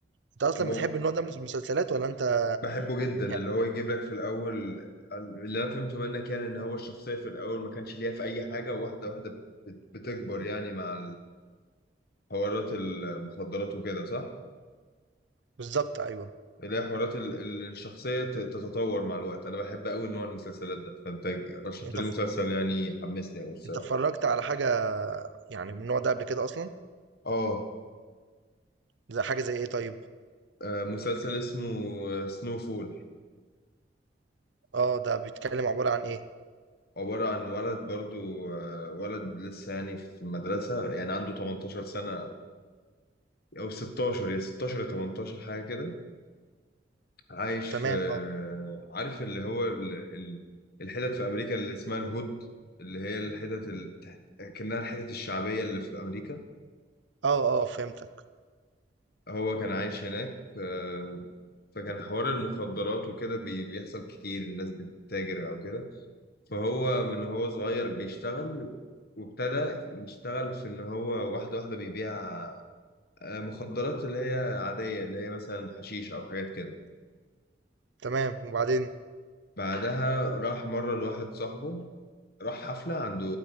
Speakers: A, on the right; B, on the left.
A: أنت أصلًا
B: طب
A: بتحب النوع ده من المسلسلات والّا أنت
B: بحبه جدا
A: يعني
B: اللي هو يجيب لك في الاول اللي انا فهمته منك يعني ان هو الشخصيه في الاول ما كانش ليها في اي حاجه وواحده واحده بت- بتكبر يعني مع حوارات المخدرات وكده صح
A: بالضبط أيوه.
B: اللي هي حوارات ال- ال- الشخصيه ت- تتطور مع الوقت انا بحب قوي نوع المسلسلات ده فانت رشحت
A: أنت
B: لي
A: ف
B: مسلسل يعني حمسني قوي الصراحه
A: أنت اتفرجت على حاجة يعني من النوع ده قبل كده أصلًا؟
B: اه
A: زي حاجة زي إيه طيب؟
B: آه، مسلسل اسمه سنو فول
A: آه ده بيتكلم عبارة عن إيه؟
B: عبارة عن ولد برضو آه، ولد لسه يعني في المدرسة يعني عنده 18 سنة أو 16 يا 16 يا 18 حاجة كده عايش
A: تمام
B: في
A: آه
B: عارف اللي هو ال... ال... الحتت في أمريكا اللي اسمها الهود اللي هي الحتت ال... كأنها الحتت الشعبية اللي في أمريكا
A: آه آه فهمتك
B: هو كان عايش هناك آه، فكان حوار المخدرات وكده بي... بيحصل كتير الناس بتتاجر أو كده فهو من وهو صغير بيشتغل وابتدى يشتغل في إن هو واحدة واحدة بيبيع آه، مخدرات اللي هي عادية اللي هي مثلا حشيش أو حاجات كده
A: تمام وبعدين
B: بعدها راح مرة لواحد صاحبه راح حفلة عند